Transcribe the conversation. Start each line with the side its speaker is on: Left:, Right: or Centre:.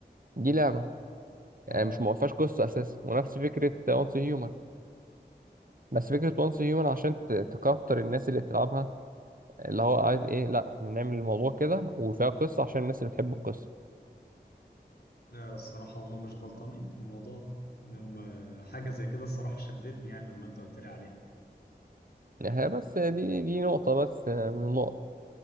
Right: دي لعبه يعني
Left: اه
Right: مش ما فيهاش قصه اساسا ونفس فكره وانس هيومن بس فكرة وانس هيومن عشان ت- تكتر الناس اللي بتلعبها اللي هو عايز ايه لا احنا نعمل الموضوع كده وفيها قصة عشان الناس اللي بتحب القصة
Left: لا، الصراحة هما مش غلطانين في الموضوع ده هم حاجة زي كده الصراحة شدتني يعني لما أنت قلت لي عليها
Right: ها بس دي دي نقطة بس آه، من النقط